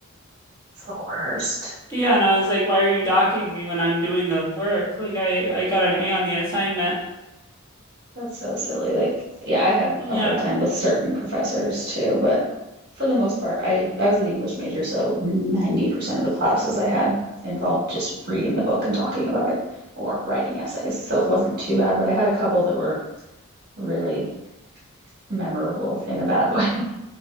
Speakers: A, on the right; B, on the left.
A: It's the worst.
B: Yeah, and I was like, why are you docking me when I'm doing the work? Like I I got an A on the assignment.
A: That's so silly. Like, yeah, I had
B: Yeah.
A: a hard time with certain professors too, but for the most part, I I was an English major, so 90% of the classes I had involved just reading the book and talking about it or writing essays. So it wasn't too bad, but I had a couple that were really memorable in a bad way. <laughs>